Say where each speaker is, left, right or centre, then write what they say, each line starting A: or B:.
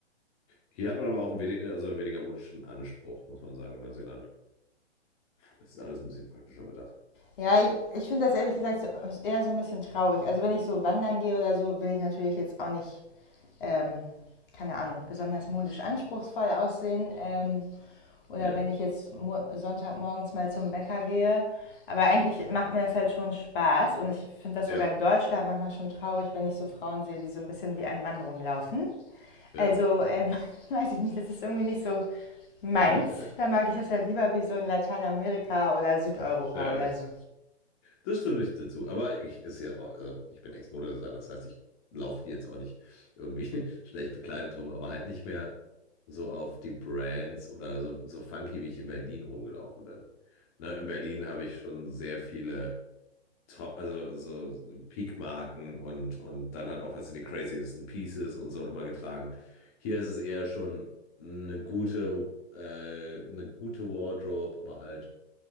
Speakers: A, on the left; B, on the left.
A: hier hat man aber auch einen wedi- also weniger modischen Anspruch, muss man sagen, in Neuseeland. Das ist alles ein bisschen praktischer bedacht.
B: ja ich, ich finde das ehrlich gesagt so- eher so ein bisschen traurig. Also wenn ich so wandern gehe oder so, will ich natürlich jetzt auch nicht ähm, keine Ahnung, besonders modisch anspruchsvoll aussehen. Ähm, oder
A: Ja,
B: wenn ich jetzt mo- Sonntagmorgens mal zum Bäcker gehe. Aber eigentlich macht mir das halt schon Spaß und ich finde das
A: ja,
B: sogar in Deutschland manchmal schon traurig, wenn ich so Frauen sehe, die so ein bisschen wie ein Mann rumlaufen.
A: ja.
B: Also ähm, <laughs> weiß ich nicht, das ist irgendwie nicht so meins.
A: <laughs>
B: Da mag ich das halt lieber wie so in Lateinamerika oder Südeuropa
A: Ja,
B: oder so.
A: Das stimmt nicht dazu. Aber ich, ist ja auch, also ich bin Ex-Modedesigner, das heißt, ich laufe hier jetzt auch nicht irgendwie <laughs> schlecht bekleidet rum, aber halt nicht mehr so auf die Brands oder so, so funky, wie ich in Berlin rumgelaufen bin. Ne, in Berlin habe ich schon sehr viele Top, also so Peak-Marken und, und dann halt auch, weißt du, die craziesten Pieces und so immer getragen. Hier ist es eher schon eine gute, äh, eine gute Wardrobe, aber halt.